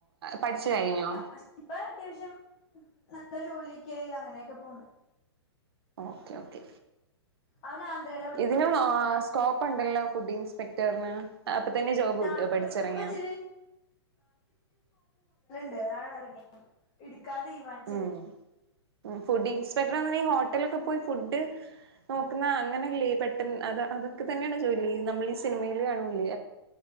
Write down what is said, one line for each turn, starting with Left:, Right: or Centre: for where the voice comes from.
Right: പഠിച്ച് കഴിഞ്ഞോ
Left: പക്ഷെ ഇപ്പ അത്യാവശ്യം നല്ല ജോലിയൊക്കെയായി അങ്ങനെയൊക്കെ പോണ്
Right: ഓക്കെ ഓക്കെ
Left: അവൻ ആന്ധ്രയിലാ പഠിച്ചേ
Right: ഇതിനും ആ സ് സ്കോപ്പ് ണ്ടല്ലോ ഫുഡ്ഢി ഇൻസ്പെക്ട ട്ടർന്ന് അപ്പൊ തന്നെ ജോബ് കിട്ടോ
Left: ആഹ്
Right: പഠിച്ചറങ്ങിയാ
Left: ഇപ്പ ഇച്ചിരി താണ്റിഞ്ഞ് ഇടുക്കാൻ തീര്മാനിച്ചത്
Right: ഉം ഫുഡ് ഇൻസ്പെക്ടർ എന്ന നീ ഹോട്ടലൊക്കെ പോയി ഫുഡ് നോക്കുന്ന അങ്ങനല്ലേ പെട്ടെന്ന് അത് അതൊക്കെ തന്നെയാണ് ജോലി നമ്മൾ ഈ സിനിമയിൽ കാണൂലെ